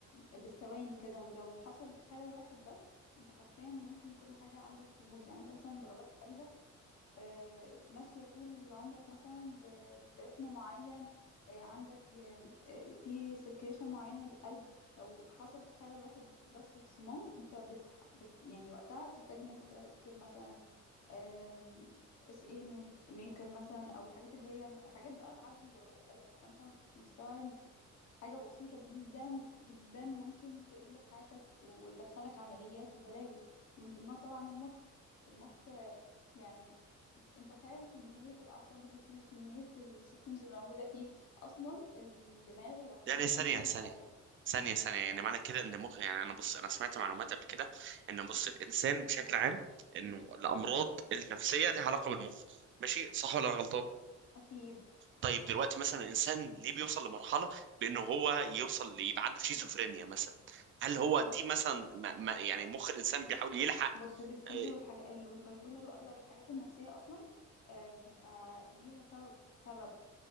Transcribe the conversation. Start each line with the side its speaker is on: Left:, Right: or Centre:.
Left: بالثواني كده ولو حصل خلل واحد بس انت حرفيا ممكن كل حاجة عندك تبوظ يعني انت مثلا ضربات قلبك آه، ماشية طول عمرك مثلا ب- برتم معين آه، عندك آم، آه، في سيركيليشن معين للقلب لو حصل خلل واحد بس في الصمام انت بتح... بت... يعني وقتها بتحتاج ان انت تركب مثلا آم، اس اي نود ميكر مثلا او الحاجات اللي هي حاجات بقى تعدل ضربات قلبك فانت مستوعب حاجة بسيطة جدا جدا ممكن تقلب حياتك وتدخلك عمليات وبلاوي ومن ضمنها طبعا المخ المخ آه، يعني انت تخيل كمية الأعصاب اللي فيه وكمية السيستمز اللي موجودة فيه أصلا الدماغ يعتبر
Right: يعني
Left: فيه
Right: ثانية
Left: كل
Right: ثانية
Left: حاجة
Right: ثانية
Left: أمم،
Right: ثانية يعني معنى كده إن مخ يعني أنا بص أنا سمعت معلومات قبل كده إن بص الإنسان بشكل عام إنه الأمراض النفسية ليها علاقة بالمخ ماشي صح ولا أنا غلطان؟
Left: أكيد
Right: طيب دلوقتي مثلا الانسان ليه بيوصل لمرحله بانه هو يوصل لي- يبقى عنده شيزوفرينيا مثلا هل هو دي مثلا ما ما يعني مخ الانسان بيحاول يلحق
Left: بص السكيزو
Right: آه،
Left: والحاجات والبايبولر واغلب الحاجات النفسيه اصلا آه، بيبقى ليها سبب سبب